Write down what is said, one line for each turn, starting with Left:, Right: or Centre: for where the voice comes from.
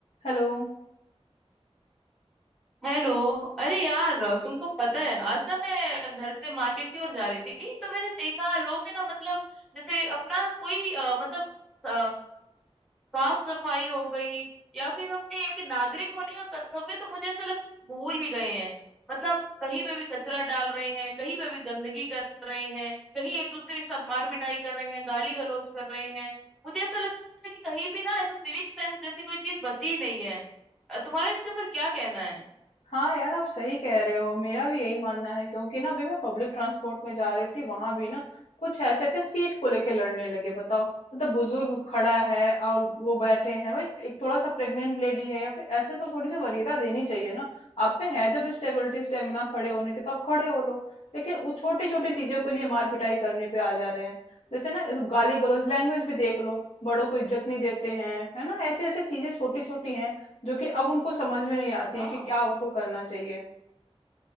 Left: Hello
Centre: Hello अरे यार तुमको पता है आज ना मैं घर से मार्केट की ओर जा रही थी तो मैंने देखा लोग है ना मतलब जैसे अपना कोई अ, मतलब अ, साफ सफाई हो गई या फिर अपने एक नागरिक होने का कर्तव्य तो मुझे ऐसा लगता है भूल ही गए हैं मतलब कहीं पे भी कचरा डाल रहे हैं कहीं पे भी गंदगी कर रहे हैं कहीं एक दूसरे के साथ मार पिटाई कर रहे हैं गाली गलौज कर रहे हैं मुझे ऐसा लगता है कि कहीं भी ना ऐसा सिविक सेंस जैसी कोई चीज बची ही नहीं है अ, तुम्हारा इसके ऊपर क्या कहना है
Left: हाँ यार आप सही कह रहे हो मेरा भी यही मानना है क्योंकि ना अभी मैं पब्लिक ट्रांसपोर्ट में जा रही थी वहां भी ना कुछ ऐसे थे सीट को लेके लड़ने लगे बताओ मतलब बुजुर्ग खड़ा है और वो बैठे हैं भाई एक थोड़ा सा प्रेग्नेंट लेडी है या फिर ऐसे तो थोड़ी सी वरीयता देनी चाहिए ना आप पे है जब स्टेबिलिटी स्टेमिना खड़े होने की तो आप खड़े हो लो लेकिन वो छोटी छोटी चीजों के लिए मार पिटाई करने पे आ जा रहे हैं जैसे ना गाली गलौज लैंग्वेज भी देख लो बड़ों को इज्जत नहीं देते हैं है ना ऐसी ऐसी चीजें छोटी छोटी हैं जो कि अब उनको समझ में नहीं आती
Centre: हाँ
Left: है कि क्या उनको करना चाहिए